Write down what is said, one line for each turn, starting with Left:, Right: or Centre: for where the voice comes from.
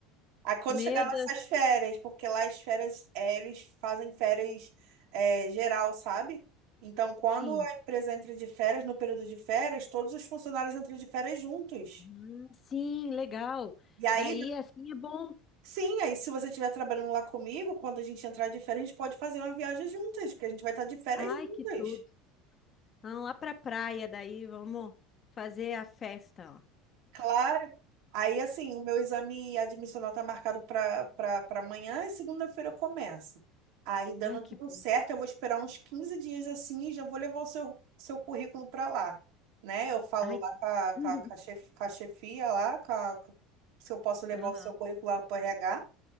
Right: Aí quando
Left: Meu
Right: chegar nossas
Left: Deus,
Right: férias, porque lá as férias, é, eles fazem férias, é, geral, sabe? Então, quando
Left: sim.
Right: a empresa entra de férias, no período de férias, todos os funcionários entram de férias juntos.
Left: Hum, sim, legal.
Right: E aí,
Left: Daí assim é bom.
Right: sim, aí se você estiver trabalhando lá comigo, quando a gente entrar de férias, a gente pode fazer uma viagem juntas, porque a gente vai estar de férias
Left: Ai,
Right: juntas.
Left: que tudo. Vamos lá pra praia, daí vamos fazer a festa, ó.
Right: Claro. Aí, assim, o meu exame admissional tá marcado para para amanhã e segunda-feira eu começo. Aí, dando
Left: Ai, que
Right: tudo
Left: bom.
Right: certo, eu vou esperar uns 15 dias assim e já vou levar o seu, seu currículo para lá, né? Eu falo
Left: Ai,
Right: lá
Left: que
Right: com
Left: bom.
Right: a, com
Left: <laughs>
Right: a, com a chef- com a chefia lá, com a- com- se eu posso levar
Left: Aham.
Right: o seu currículo lá para RH.